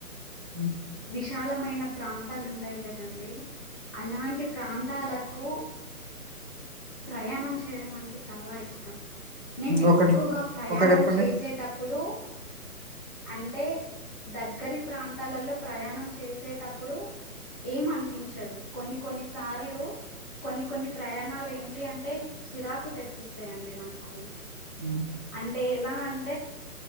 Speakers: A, on the right; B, on the left.
A: ఉ
B: విశాలమైన ప్రాంతాలుంటాయి కదండి అలాంటి ప్రాంత తాలకు ప్రయాణం చేయడం అంటే చాలా ఇష్టం నేను ఎక్కువగా
A: ఒకటి
B: ప్రయాణం
A: ఒకటి చెప్పండి
B: చేసేటప్పుడు అంటే దగ్గరి ప్రాంతాలలో ప్రయాణం చేసేటప్పుడు ఏం అనిపించదు కొన్ని కొన్ని సార్లు కొన్ని కొన్ని ప్రయాణాలు ఏంటి అంటే చిరాకు తెప్పిస్తాయండి నాకు
A: హ్మ్.
B: అంటే ఎలా అం